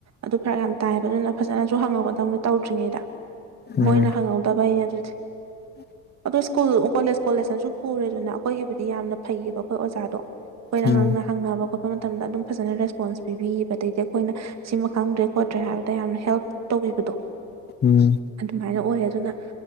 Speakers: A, on the right; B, on the left.
A: ꯑꯗꯨ ꯐꯔꯛ ꯌꯥꯝ ꯇꯥꯏꯑꯦꯕ ꯑꯗꯨꯅ ꯐꯖꯅꯁꯨ ꯍꯪꯉꯧꯒꯗꯧꯅꯤ ꯇꯧꯗ꯭ꯔꯤꯉꯩꯗ
B: ꯎꯝ
A: ꯃꯣꯏꯅ ꯍꯪꯉꯧꯗꯕꯩꯅꯦ ꯑꯗꯨꯗꯤ
B: <inaudible>
A: ꯑꯗꯣ ꯁ꯭ꯀꯨꯜ ꯀꯣꯂꯦꯖ ꯀꯣꯂꯦꯖꯅꯁꯨ ꯄꯨꯔꯦꯗꯅ ꯑꯩꯈꯣꯏꯒꯤꯕꯨꯗꯤ ꯌꯥꯝꯅ ꯐꯩꯌꯦꯕ ꯑꯩꯈꯣꯏ ꯑꯣꯖꯥꯗꯣ ꯑꯩꯈꯣꯏꯅ
B: ꯎꯝ
A: ꯉꯥꯡꯅ ꯍꯪꯅꯕ ꯈꯣꯠꯄ ꯃꯇꯝꯗ ꯑꯗꯨꯝ ꯐꯖꯅ ꯔꯦꯁꯄꯣꯟꯁ ꯄꯤꯕꯤꯌꯦꯕ ꯑꯗꯩꯗꯤ ꯑꯩꯈꯣꯏꯅ ꯁꯤꯃ ꯈꯪꯗ꯭ꯔꯦ ꯈꯣꯠ ꯇ꯭ꯔꯦ ꯍꯥꯏꯕꯗ ꯌꯥꯝꯅ ꯍꯦꯜꯞ ꯇꯧꯕꯤꯕꯗꯣ
B: ꯎꯝ
A: ꯑꯗꯨꯃꯥꯏꯅ ꯑꯣꯏ ꯑꯗꯨꯅ